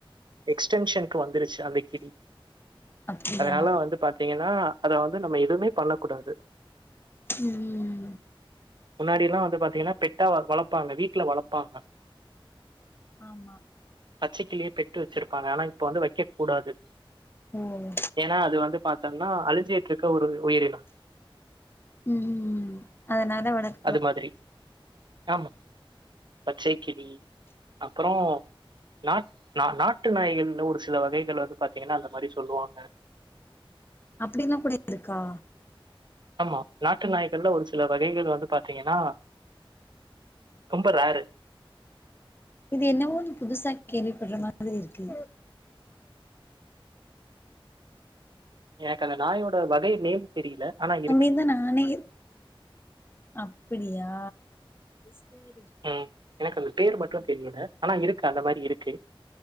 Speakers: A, on the right; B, on the left.
A: எக்ஸ்டென்ஷனுக்கு வந்துருச்சி அந்த கிளி
B: அப்டியா
A: அதனால வந்து பார்த்தீங்கனா அத வந்து நம்ம எதுவுமே பண்ண கூடாது
B: ம்ம்ம்
A: முன்னாடில்லா வந்து பாத்தீங்கனா பெ ட்டா வளப்பாங்க வீட்ல வளப்பாங்க
B: ஆமா
A: பச்சைக்கிளிய பெட்டு வச்சிருப்பாங்க ஆனா இப்ப வந்து வக்கக் கூடாது
B: ம்
A: ஏனா அது வந்து பாத்தோம்னா அல்ஜியேட் இருக்க ஒரு உயிரினம்
B: ம் ம் அதனால வளக்
A: அது மாதிரி ஆமா பச்சைக்கிளி அப்பரோ நா நா நாட்டு நாய்கள்ல ஒரு சில வகைகள் வந்து பாத்தீங்கனா அந்த மாரி சொல்லுவாங்க
B: அப்டிலா கூட இருக்கா
A: ஆமா நாட்டு நாய்கல்ல ஒரு சில வகைகள் வந்து பாத்தீங்கனா ரொம்ப ரேரு
B: இது என்னவோ நீ புதுசா கேள்விபட்ற மாதிரி இருக்கு
A: எனக்கு அந்த நாயோட வகை நேம் தெரியல ஆனா இருக்கு
B: அப்டின்னு தான் நானே அப்டியா சரி
A: ம் எனக்கு அந்த பேர்
B: ஆ ம்
A: மட்டும் தெரியல ஆனா இருக்கு அந்த மாரி இருக்கு